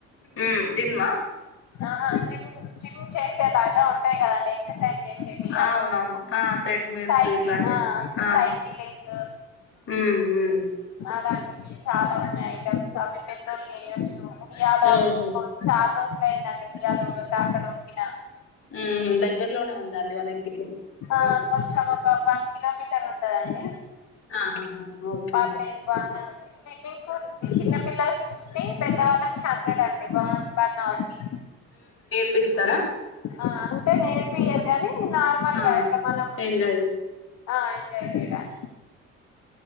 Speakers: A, on the left; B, on the left.
A: ఉ జిమ్ ఆ
B: ఆహా జిమ్ జిమ్ చేసేలాగా ఉంటాయి కదండి ఎససైజ్ చేసేవి అవి
A: అవునవును
B: ఇవో
A: ఆ థ్రెడ్ మిల్స్
B: సైకిల్
A: ఇట్లాంటివి ఆ
B: సైక్లింగ్
A: ఉమ్, ఉమ్.
B: అలాంటివి చాలా ఉన్నాయి ఐటమ్స్ అవి పెద్దోళ్ళు చేయొచ్చు ఉయ్యాలా
A: ఉమ్హు.
B: ఉగ చాలా రోజులు అయ్యిందండి ఉయ్యాలా ఉగాక గక్కడ ఉకిన
A: ఉమ్ దగ్గరలోనే ఉందాండి వాళ్ళ ఇంటికి
B: ఆ కొంచం ఒక వన్ కిలోమీటర్ ఉంటదండి
A: ఆహా ఓకే
B: పర్లేదు బానే స్విమ్మింగ్ పూల్ ఉంది చిన్న పిల్లలకి ఫిఫ్టీ పెద్దవాళ్ళకి హండ్రెడ్ అండి బాగుంది వన్ అవర్ కి
A: ప్పిస్తారా
B: ఆ అంటే నేర్పియరు కాగానీ నార్మల్గా
A: ఆ
B: అట్లా మనం
A: ఎంజాయ్ చేస్త
B: ఆ ఎంజాయ్ చేయడానికి